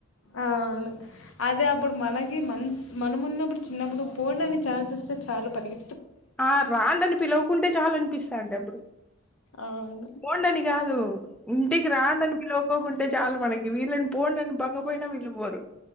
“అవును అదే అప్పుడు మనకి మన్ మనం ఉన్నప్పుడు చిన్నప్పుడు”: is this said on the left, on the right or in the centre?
Left